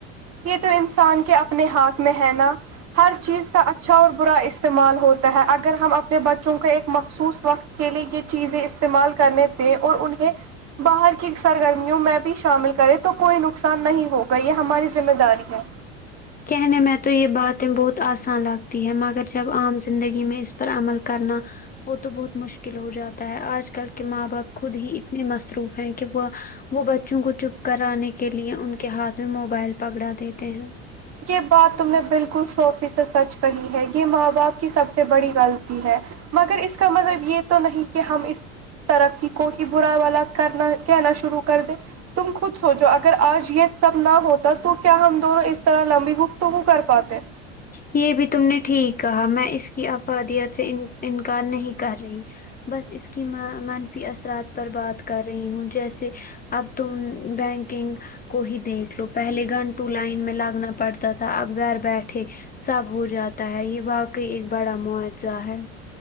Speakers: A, on the right (about 45°); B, on the left (about 25°).
A: یہ تو انسان کے اپنے ہاتھ میں ہے نا ہر چیز کا اچھا اور برا استعمال ہوتا ہے اگر ہم اپنے بچوں کا ایک مخصوص وقت کے لیے یہ چیزیں استعمال کرنے تھے اور انہیں باہر کی کی سرگرمیوں میں بھی شامل کرے تو کوئی نقصان نہیں ہوگا یہ ہماری ذمہ داری ہے
B: کہنے میں تو یہ باتیں بہت آسان لگتی ہے مگر جب عام زندگی میں اس پر عمل کرنا وہ تو بہت مشکل ہو جاتا ہے آج کل کے ماں باپ خود ہی اتنے مصروف ہیں کہ وہ وہ بچوں کو چپ کر آنے کے لیے ان کے ہاتھ میں موبائل پکڑا دیتے ہیں
A: یہ بات تم نے بالکل صو فیصد سچ کہی ہے یہ ماں باپ کی سب سے بڑی غلطی ہے مگر اس کا مطلب یہ تو نہیں کہ ہم اس ترقی کو ہی برا والا کرنا کہنا شروع کر دے تم خود سوچو اگر آج یہ سب نہ ہوتا تو کیا ہم دونوں اس تو لمبی گفتگو کر پاتے
B: یہ بھی تم نے ٹھیک کہا میں اس کی افادیت سے انکار نہیں کر رہی بس اس کی منفی اثرات پر بات کر رہی ہوں جیسے اب تو بینکنگ کو ہی دیکھ لو پہلے گھنٹو لائن میں لگنا پڑتا تھا اب گھر بیٹھے سب ہو جاتا ہے یہ واقعی ایک بڑا معجزہ ہے